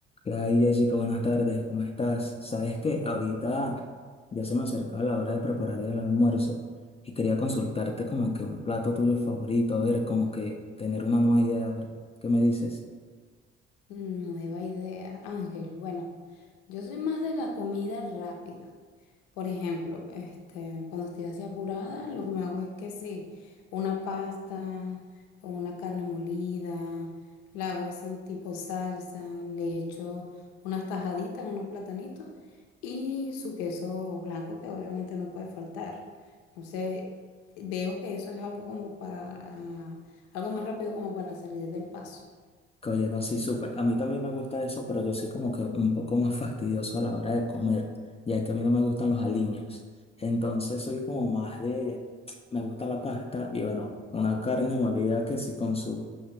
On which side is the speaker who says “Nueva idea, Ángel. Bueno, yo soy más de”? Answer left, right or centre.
Left